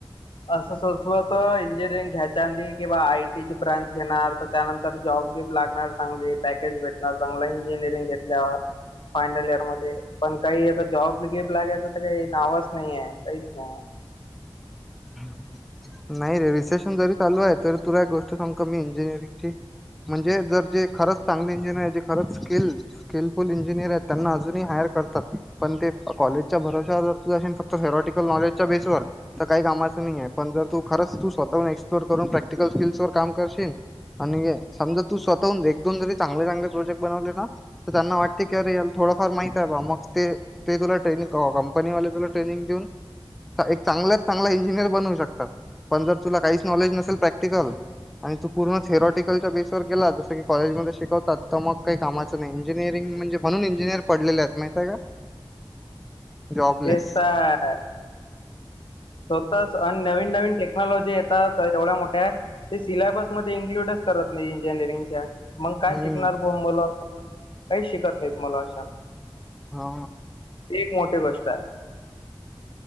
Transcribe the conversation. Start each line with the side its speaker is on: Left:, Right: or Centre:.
Left: तसं असलं तर इंजिनिअरिंग घ्यायच्या आंदी किंवा आय टी ची ब्रांच घेणार तर त्यानंतर जॉब घेऊ लागणार चांगली पॅकेज भेटणार चांगला इंजिनिअरिंग घेत ल्यावर फायनल इयर मध्ये पण काही आता जॉब गेब लागेयच तर काही नावच नाही आहे. काहीच नाही.
Centre: हम्म. नाही रे रिसेशन जरी चालू आहे तरी तुला एक गोष्ट सांगु का मी इंजिनिअरिंगची? म्हणजे जर जे खरंच चांगले इंजिनिअर जे खरंच स्किल स्किलफुल इंजिनिअर आहेत त्यांना अजूनही हायर करतात पण ते क कॉलेजच्या भरोश्यावर जर तुझा हेन फक् त थिअरोटिकल नॉलेजच्या बेसवर तर काही कामाचं नाही आहे पण जर तू खरंच तू स्वतःहून एक्सप्लोर करून प्रॅक्टिकल स्किल्स वर काम करशीन आणि गे समजा तू स्वतःहून एक दोन जरी चांगले चांगले प्रोजेक्ट बनवले ना तर त्यांना वाटते की अरे याला थोडंफार माहित आहे बा मग ते ते तुला ट्रेनिंग काव कंपनी वाले तुला ट्रेनिंग देऊन ता एक चांगल्यात चांगल्या इंजिअर बनवू शकतात पण जर तुला काहीच नॉलेज नसेल प्रॅक्टिकल आणि तू पूर्ण थेरॉटिकलच्या बेसवर गेला जसं की कॉलेजमध्ये शिकवतात तर मग काही कामा चा नाही इंजिअरंग म्हणजे म्हणून इजिनियर पडलेले आहेत माहितय का. जॉबलेस
Left: तेच तर स्वतःच आन नवीन-नवीन टेक्नॉलॉजी येतात तर ऐवढ्या मोठ्या सिलेबस मध्ये इन्क्ल्यूडच करत नाही इंजिनिअरिंगच्या मग काय
Centre: हम्म
Left: शिकणार. हो मला काही शिकत नाहीत तुम्हाला अशाला.
Centre: हा
Left: ती एक मोठी गोष्ट आहे.